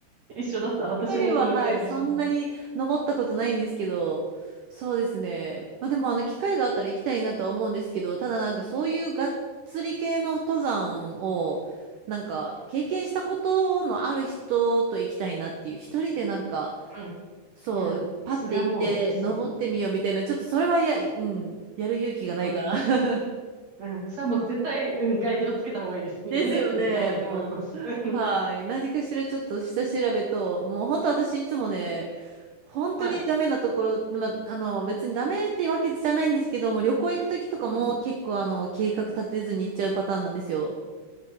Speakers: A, on the right; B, on the right.
A: 一緒だった。私もそのぐらいでした。
B: 一ッリは、はい、そんなに登ったことないんですけど、そうですね。まあでも、あの、機会があったら行きたいなとは思うんですけど、ただなんかそういうがっつり系の登山を、なんか経験したことのある人と行きたいなっていう、
A: うん。
B: 一人でなんか、
A: うん。
B: そう、
A: いや、
B: パッて行って、
A: それはもう、そ
B: 登ってみようみたいな、ちょっとそれはや、うん、やる勇気がないから。
A: う。うん。
B: <laughs>
A: うん。それはもう絶対、うん、ガイドつけた方がいいです。みグループで行った方がいいと思います。
B: ですよね、もう。
A: <laughs>
B: はい。何かしらちょっと下調べと、もう本当私いつもね、本当にダメなところ、
A: はい。
B: まあ、あの、別にダメってわけじゃないんですけども、旅行行くときとかも結構あの、
A: うん。
B: 計画立てずに行っちゃうパターンなんですよ。